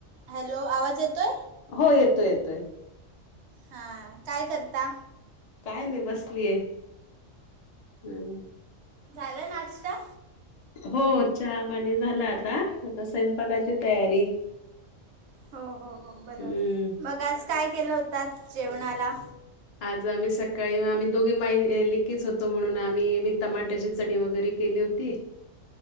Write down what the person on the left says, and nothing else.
हो येतोय, येतोय.
काय नाही बसलीय हम्म.
हो चहा पाणी झालं आता आता स्वयंपाकाची तयारी.
हम्म.
आज आम्ही सकाळी आम्ही दोघी लिकीच होतो म्हणून आम्ही मी टमाट्याची चटणी वगैरे केली होती.